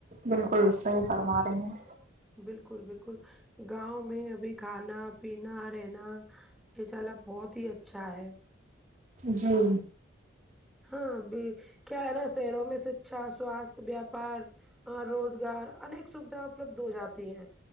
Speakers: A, on the right; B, in the centre.
A: بالکل صحیح فرما رہی ہیں
B: بالکل بالکل گاؤں میں ابھی کھانا پینا رہنا یہ سارا بہت ہی اچھا ہے
A: جی
B: ہاں ابھی کیا ہے نا شہروں میں شکھا سواستھ ویاپار روزگار انیک سویدھا اپلبدھ ہو جاتی ہیں